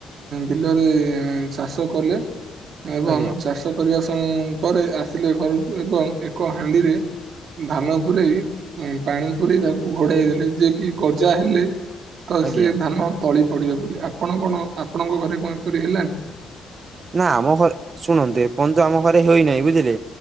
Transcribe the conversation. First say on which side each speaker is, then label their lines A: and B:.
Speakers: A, on the right (about 65°); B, on the right (about 45°).
A: ବିଲରେ ଚାଷ କଲେ ଏବଂ
B: ଆଜ୍ଞା
A: ଚାଷ ଚାଷ କରିବା ସଂ ପରେ ଆସିଲେ ଘରକୁ ଏବଂ ଏକ ହାଣ୍ଡିରେ ଧାନ ପୂରେଇ ପାଣି ପୂରେଇ ତାକୁ ଘୋଡ଼ାଇ ଦେଲେ ଯେ କି ଗଜା ହେଲେ ତ
B: ଆଜ୍ଞା
A: ସେ ଧାନ ତଳି ପଡ଼ିବ ବୋଲି ଆପଣ କଣ ଆପଣଙ୍କ ଘରେ କଣ ଏପରି ହେଲାଣିି?
B: ନା ଆମ ଘରେ ଶୁଣନ୍ତୁ ଏପର୍ଯ୍ୟନ୍ତ ଆମ ଘରେ ହୋଇନାହିଁ ବୁଝିଲେ